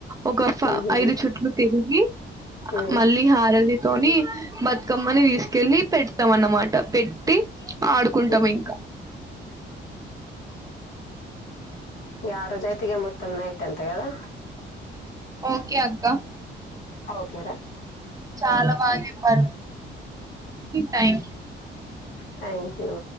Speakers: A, on the right; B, on the left.
A: ఒక ఫ
B: ఉహు
A: ఐదు చుట్లు తిరిగి
B: ఉ
A: మళ్ళీ హారతితోని బతుకమ్మని తీస్కెళ్ళి పెట్ అన్నమాట పెట్టి ఆడుకుంటాం
B: ఉ
A: ఇంక
B: ఆరోజైతే ఇగ మొత్తం నైట్ అంత కదా
A: ఓకే అక్క
B: ఓకేరా
A: చాలా బా చెప్పారు థ్యాంక్ యూ
B: థ్యాంక్ యూ